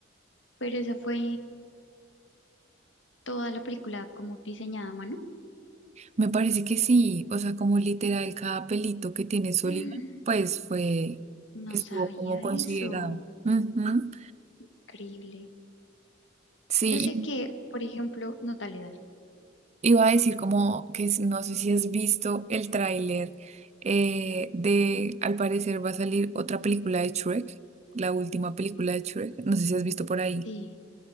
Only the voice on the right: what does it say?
Me parece que sí, o sea, como literal cada pelito que tiene Sullivan,
pues fue,
estuvo
como considerado.
Ujú.
Sí,
iba a decir como que es- no sé si has visto el tráiler eh, de, al parecer va a salir otra película de Shrek, la última película de Shrek, no sé si has visto por ahí.